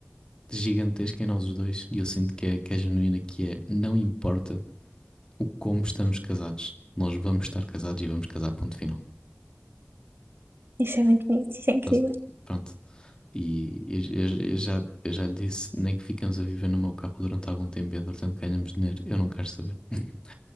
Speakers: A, on the left; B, on the right.
A: gigantesca em nós os dois e eu sinto que é, que é genuína, que é não importa o como estamos casados, nós vamos estar casados e vamos casar, ponto final.
B: Isso é muito bonito, isso é incrível.
A: Mas, pronto. E eu, eu- já, eu já lhe disse, nem que ficamos a viver no meu carro durante algum tempo e entretanto ganhamos dinheiro, eu não quero saber. <laughs>